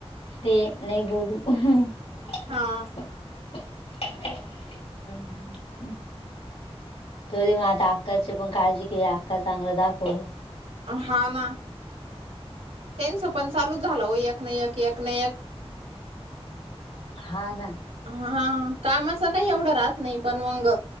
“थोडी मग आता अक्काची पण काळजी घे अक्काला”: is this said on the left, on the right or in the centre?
Left